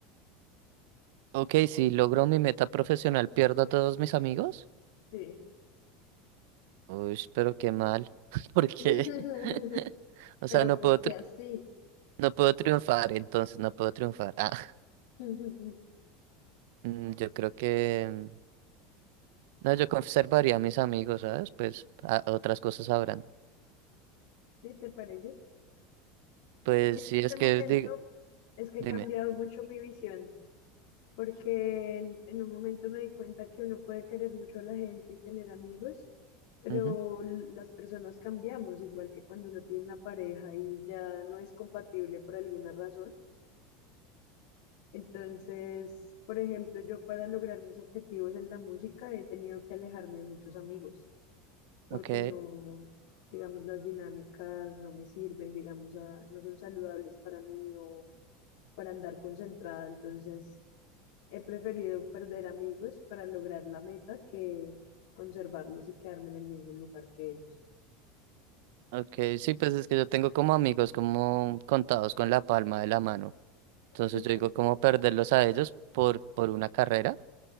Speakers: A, on the right; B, on the left.
A: Ok, si logro mi meta profesional, ¿pierdo a todos mis amigos?
B: Sí.
A: Uy, pero qué mal. <laughs> ¿Por qué?
B: <laughs>
A: <laughs> O
B: Pero
A: sea, no
B: ¿por
A: puedo,
B: qué
A: tri-
B: así?
A: no puedo triunfar, entonces no puedo triunfar. Ah,
B: <laughs>
A: <laughs> mm, yo creo que... mm, No, yo conservaría a mis amigos, ¿sabes? Pues a- otras cosas habrán.
B: ¿Sí te parece?
A: Pues
B: Yo en
A: sí,
B: este
A: es
B: momento
A: que diga,
B: es que
A: dime.
B: he cambiado mucho mi visión, porque en, en un momento me di cuenta que uno puede querer mucho a la gente y tener amigos, pero
A: Ujú,
B: l- las personas cambiamos, igual que cuando uno tiene una pareja y ya no es compatible por alguna razón. Entonces, por ejemplo, yo para lograr mis objetivos en la música he tenido que alejarme de muchos amigos, porque
A: Ok,
B: no, digamos, las dinámicas no me sirven, digamos, a- no son saludables para mí o para andar concentrada. Entonces, he preferido perder amigos para lograr la meta que conservarlos y quedarme en el mismo lugar que ellos.
A: ok, sí, pues es que yo tengo como amigos como contados con la palma de la mano. Entonces
B: Ok,
A: yo digo como perderlos a ellos por, por una carrera.